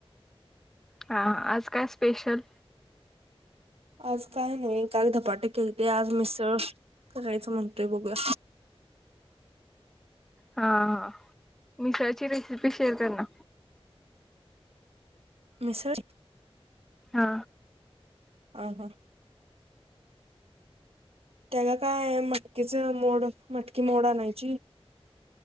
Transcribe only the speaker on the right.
आज काय नाही काल धपाटे केलते आज मिसळ करायचं म्हणतोय बघूया.
मिसळं?
ह हां. त्या काय मटकीचं मोड मटकी मोड आणायची.